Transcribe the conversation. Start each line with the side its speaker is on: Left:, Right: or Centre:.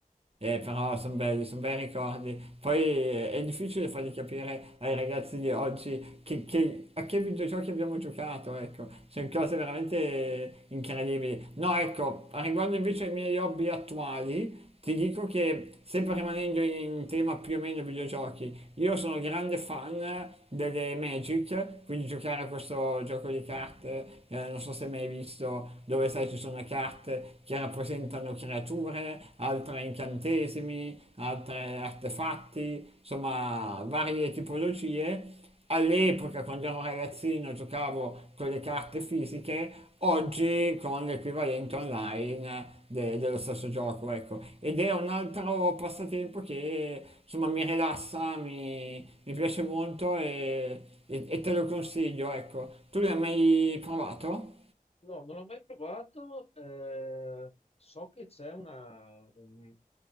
Right: Eh, però sono belli, sono bei ricordi. Poi eh, è difficile fargli capire ai ragazzi di oggi che- che- a che videogiochi abbiamo giocato, ecco. Sono cose veramente incredibili. No, ecco, a riguardo invece ai miei hobby attuali, ti dico che, sempre rimanendo in tema più o meno videogiochi, io sono grande fan delle Magic, quindi giocare a questo gioco di carte, eh, non so se mai hai visto, dove sai ci sono le carte che rappresentano creature, altre incantesimi, altre artefatti, insomma varie tipologie. All'epoca, quando ero ragazzino, giocavo con le carte fisiche, oggi con l'equivalente online de- dello stesso gioco, ecco. Ed è un altro passatempo che insomma mi rilassa, mi, mi piace molto e, e- e te lo consiglio, ecco. Tu l'hai mai provato?
Left: No, non l'ho mai provato. eh, so che c'è una, un-